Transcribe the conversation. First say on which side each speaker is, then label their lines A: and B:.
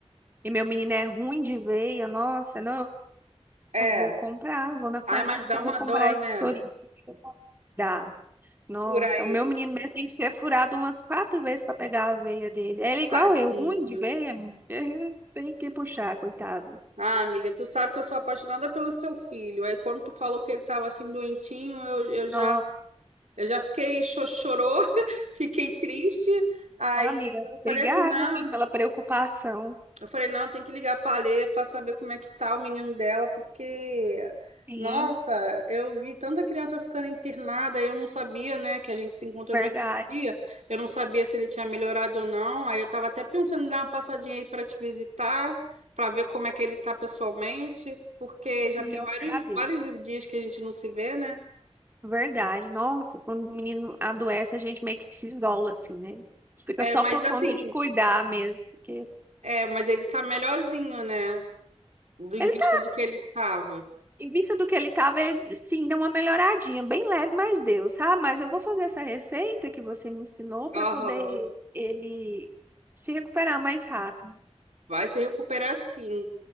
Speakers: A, on the right (about 20°); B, on the right (about 90°).
A: E meu menino é ruim de veia, nossa, não,
B: É.
A: eu vou comprar, eu vou na farmácia,
B: Ai, mas dá
A: eu
B: uma
A: vou comprar
B: dó,
A: esse
B: né?
A: sorinho. Dá. Nossa,
B: Furar
A: o
B: ele,
A: meu menino mesmo tem que ser furado umas quatro vezes para pegar a veia dele. Ele é igual
B: tadinho.
A: eu, ruim de veia, <laughs> tem que puxar, coitado.
B: Ah, amiga, tu sabe que eu sou apaixonada pelo seu filho. Aí quando tu falou que ele tava assim doentinho, eu, eu já,
A: Nossa,
B: eu já fiquei chororô, <laughs> fiquei triste. Aí
A: ó, amiga,
B: eu falei
A: obrigada,
B: assim, não.
A: viu, pela preocupação.
B: Eu falei, não, tem que ligar para a Lê para saber como é que tá o menino dela, porque,
A: Sim,
B: nossa, eu vi tanta criança ficando internada, eu não sabia, né, que a gente se encontrou
A: verdade.
B: naquele dia, eu não sabia se ele tinha melhorado ou não, aí eu estava até pensando em dar uma passadinha aí para te visitar, para ver como é que ele tá pessoalmente, porque já
A: E
B: tem
A: eu
B: vários,
A: agradeço.
B: vários dias que a gente não se vê, né?
A: Verdade. Nossa, quando o menino adoece, a gente meio que se isola, assim, né? Fica
B: É,
A: só
B: mas
A: por
B: assim,
A: conta de cuidar mesmo. Porque
B: é, mas ele tá melhorzinho, né, do- em
A: ele
B: vista
A: tá,
B: do que ele tava.
A: em vista do que ele tava, ele, sim, deu uma melhoradinha, bem leve, mas deu, sabe? Mas eu vou fazer essa receita que você me ensinou para
B: Aham.
A: poder ele se recuperar mais rápido.
B: Vai se recuperar sim,